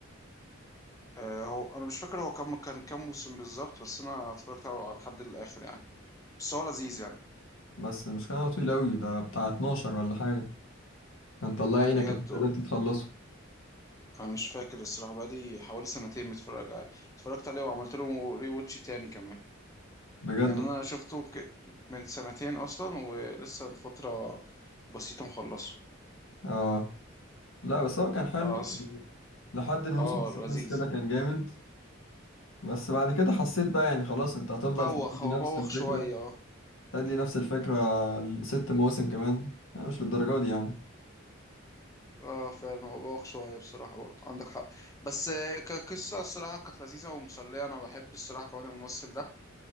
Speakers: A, on the left; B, on the left.
A: آه هو انا مش فاكر هو كم كان كام موسم بالظبط بس انا اتفرجت على على لحد الاخر يعني بس هو لذيذ يعني
B: بس مش كان طويل قوي ده بتاع 12 ولا حاجة انت الله يعينك
A: بجد
B: إن انت
A: والله
B: قدرت تخلصه
A: انا مش فاكر الصراحه بقالي حوالي سنتين متفرج اتفرجت عليه وعملت له ري واتش تاني كمان
B: بجد
A: يعني انا شفته ك- من سنتين اصلا ولسه من فتره بسيطه مخلصه
B: اه لا بس هو كان حلو
A: خلاص
B: يعني، لحد الموسم
A: اه
B: السادس
A: لذيذ
B: كده كان جامد بس بعد كده حسيت بقى يعني خلاص انت هتفضل
A: بوخ
B: تدي
A: هو
B: نفس
A: بوخ
B: الفكرة
A: شويه اه
B: تدي نفس الفكرة ست مواسم كمان لا مش للدرجة دي يا عم
A: اه فعلا هو بوخ شويه بصراحه برضه عندك حق بس آه، كقصه الصراحه كانت لذيذه ومسليه انا بحب الصراحه كمان الممثل ده